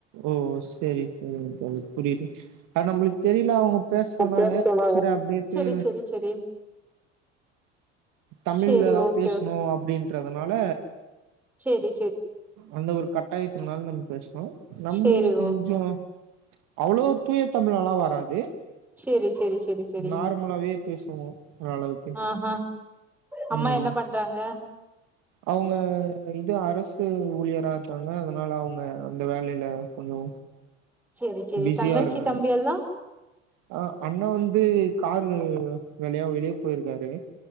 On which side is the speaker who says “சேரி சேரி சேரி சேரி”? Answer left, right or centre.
Centre